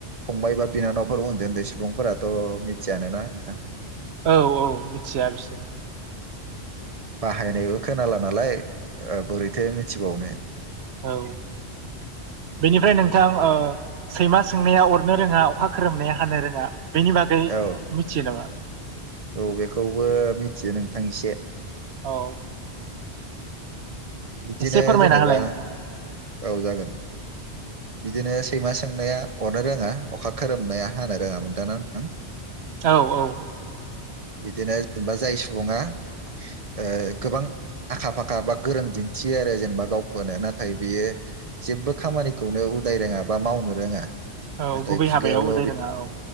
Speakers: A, on the right; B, on the right.
A: फंबाय बा बिनानावफोर उन्दै उन्दै सुबुंफोराथ' मिथियानोना नोंथां?
B: औ औ मिथिया बिसोरो
A: बाहायनायबो खोनाला नालाय बोरैथो मिथिबावनो
B: औ बेनिफ्राय नोंथां ओ सैमा सोंनाया अरनो रोङा अखा खोरोमनाया हानो रोङा बेनि बागै
A: औ
B: मिथियो नामा?
A: औ बेखौबो मिथियो नोंथां एसे
B: औ
A: बिदिनो
B: एसे फोरमायना
A: जेनेबा
B: होलाय नोंथां
A: औ जागोन बिदिनो सैमा सोंनाया अरनो रोङा अखा खोरोमनाया हानो रोङामोन दानां नों
B: औ औ
A: बिदिनो जेनेबा जाय सुबुङा ओ गोबां आखा फाखा बा गोरों दिन थियो आरो जेनेबा गावखौनो नाथाय बियो जेबबो खामानिखौनो उदाय रोङा बा मावनो रोङा
B: औ
A: नाथाय
B: गुबै
A: खुगायावल'
B: हाबायाव उदाय रोङा औ